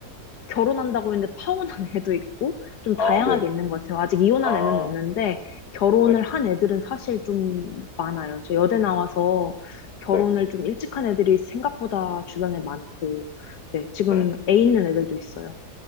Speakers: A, on the left (about 85°); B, on the left (about 65°).
A: 결혼한다고 했는데 파혼한 <laughs> 애도 있고, 좀 다양하게
B: 아, 네,
A: 있는 것 같아요. 아직 이혼한
B: 아,
A: 애는 없는데, 결혼을
B: 네,
A: 한 애들은 사실 좀 많아요. 저 여대 나와서 결혼을
B: 네,
A: 좀 일찍 한 애들이 생각보다 주변에 많고, 네, 지금
B: 네,
A: 애 있는 애들도 있어요.